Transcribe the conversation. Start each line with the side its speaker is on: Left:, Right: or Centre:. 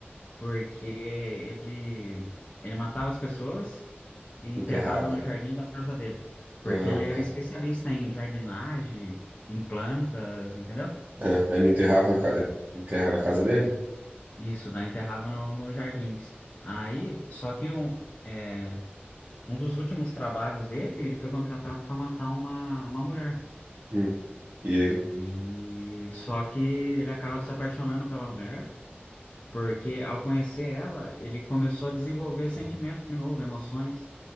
Left: porque ele ele matava as pessoas e
Right: Enterrava.
Left: enterrava no jardim da casa dele, porque
Right: Ah,
Left: ele era
Right: tá.
Left: especialista em jardinagem, em plantas, entendeu?
Right: Ah, ele enterrava na, ca- enterra na casa dele?
Left: Isso, daí enterrava no, nos jardins. Aí, só que um, é, um dos últimos trabalhos dele, ele foi contratado para matar uma, uma mulher.
Right: Hum. E
Left: E só que ele acaba se apaixonando pela mulher. Porque ao conhecer ela, ele começou a desenvolver sentimentos de novo, emoções,